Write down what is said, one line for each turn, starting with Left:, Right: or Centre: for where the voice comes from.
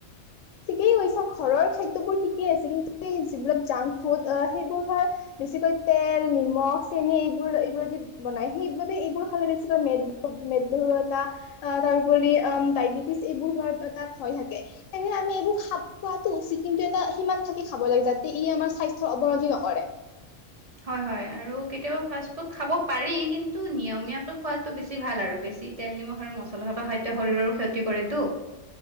Left: ঠিকেই কৈছা ঘৰৰ খাদ্যবোৰ ঠিকেই আছে কিন্তু এই যিবিলাক জাংক ফুড সেইবোৰ ধৰ বেছিকৈ তেল নিমখ চেনি এইবোৰ এইবোৰ বনাই সেইবাবে এইবোৰ খালে বেছিকৈ মেদহু মেদ বিহু এটা তাৰপৰি ডায়বেটিছ এইবোৰ হোৱাৰ এটা ভয় থাকে সেই তে আমি এইবোৰ খ খোৱাতো উচিত কিন্তু এটা সীমাত থাকি খাব লাগে যাতে ই আমাৰ স্বাস্থ্যৰ অৱনতি নকৰে।
Right: হয় হয় আৰু কেতিয়াবা ফাষ্ট ফুড খাব পাৰি কিন্ত নিয়মীয়াকৈ খোৱাটো বেছি ভাল আৰু বেছি তেল নিমখ আৰু মছলা থকা খাদ্য শৰীৰৰ ক্ষতি কৰে টো